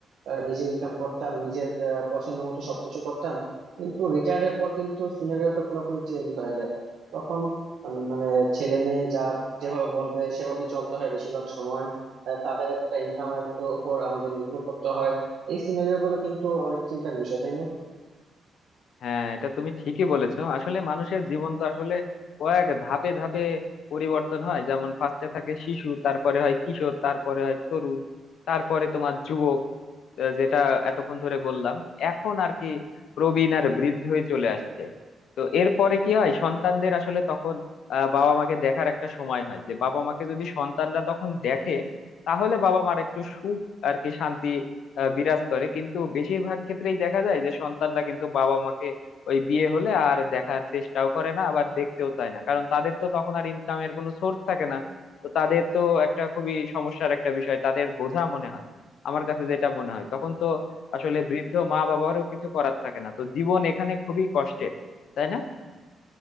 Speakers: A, on the right; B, on the left.
A: আহ, নিজে ইনকাম করতাম নিজের আহ, পছন্দ মতো সবকিছু করতাম কিন্তু রিটায়ার্ড এর পর কিন্তু সিনারিওটা পুরোপুরি চেঞ্জ হয়ে যায় তখন উম, মানে ছেলে মেয়ে যা যেভাবে বলবে সেভাবেই চলতে হয় বেশিরভাগ সময় আহ, তাদের একটা ইনকামের উপর আমাদের নির্ভর করতে হয় এই সিনারিও গুলো কিন্তু অনেক চিন্তার বিষয় তাই না
B: হ্যাঁ এটা তুমি ঠিকই বলেছো আসলে মানুষের জীবন তো আসলে কয়েক ধাপে ধাপে পরিবর্তন হয় যেমন ফার্স্টে থাকে শিশু তারপরে হয় কিশোর তারপরে হয় তরুণ তারপরে তোমার যুবক আহ যেটা এতক্ষণ ধরে বললাম এখন আর কি প্রবীণ আর বৃদ্ধ হয়ে চলে আসছে তো এরপরে কি হয় সন্তানদের আসলে তখন আহ, বাবা মাকে দেখার একটা সময় হয় যে বাবা মাকে যদি সন্তানরা তখন দেখে তাহলে বাবা মার একটু সুখ আর কি শান্তি আহ, বিরাজ করে কিন্তু বেশিরভাগ ক্ষেত্রেই দেখা যায় যে সন্তানরা কিন্তু বাবা মাকে ওই বিয়ে হলে আর দেখার চেষ্টাও করে না আবার দেখতেও চায় না কারণ তাদের তো তখন আর ইনকামের কোনো সোর্স থাকে না তো তাদের তো একটা খুবই সমস্যার একটা বিষয় তাদের বোঝা মনে হয় আমার কাছে যেটা মনে হয় তখন তো আসলে বৃদ্ধ মা বাবারও কিছু করার থাকে না তো জীবন এখানে খুবই কষ্টের তাই না